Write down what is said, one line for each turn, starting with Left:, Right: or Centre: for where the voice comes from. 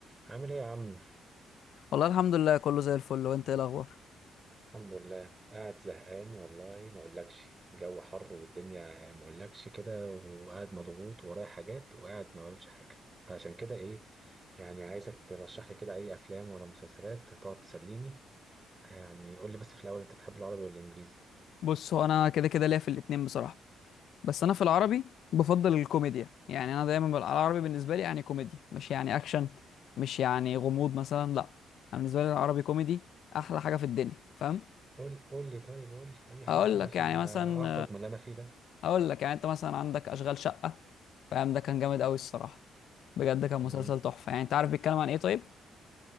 Right: عامل ايه يا عم
Left: والله الحمد لله كله زي الفل وانت ايه الاخبار
Right: الحمد لله قاعد زهقان والله ما اقولكش الجو حر والدنيا يعني ما اقولكش كده وقاعد مضغوط ورايا حاجات وقاعد ما بعملش حاجه فعشان كده ايه يعني عايزك ترشح لي كده اي افلام ولا مسلسلات تقعد تسليني يعني قول لي بس في الاول انت بتحب العربي ولا الانجليزي
Left: بص هو انا كده كده ليا في الاتنين بصراحه بس انا في العربي بفضل الكوميديا يعني انا دايما بال- العربي بالنسبه لي يعني كوميديا مش يعني اكشن مش يعني غموض مثلا لا انا بالنسبه لي العربي كوميدي احلى حاجه في الدنيا فاهم
Right: قول قول لي طيب قول لي اي حاجه
Left: اقول
Right: كده
Left: لك
Right: عشان
Left: يعني مثلا
Right: اخرج من اللي انا فيه ده
Left: اقول لك يعني انت مثلا عندك اشغال شقه فاهم ده كان جامد قوي الصراحه بجد كان مسلسل
Right: امم
Left: تحفه يعني انت عارف بيتكلم عن ايه طيب